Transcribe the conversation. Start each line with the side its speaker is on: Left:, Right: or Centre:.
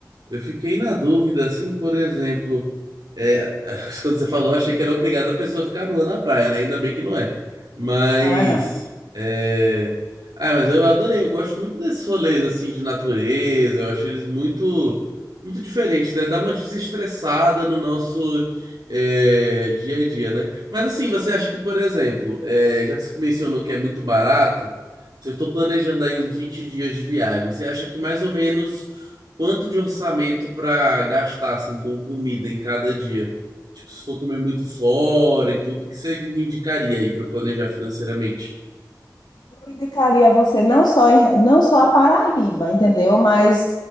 Right: Eu fiquei na dúvida, assim, por exemplo, é, <laughs> quando você falou, eu achei que era obrigado a pessoa ficar nua na praia, né? Ainda bem que não é. Mas,
Left: Não é não.
Right: é... Ah, mas eu adorei, eu gosto muito desses rolês, assim, de natureza, eu acho eles muito, muito diferentes, né? Dá uma desestressada no nosso é, dia a dia, né? Mas, assim, você acha que, por exemplo, é, já que você mencionou que é muito barato, se eu estou planejando aí uns 20 dias de viagem, você acha que mais ou menos quanto de orçamento para gastar assim com comida em cada dia? Tipo, se for comer muito fora e tudo, o que você me indicaria aí para planejar financeiramente?
Left: Eu indicaria você não só, em- não só a Paraíba, entendeu? Mas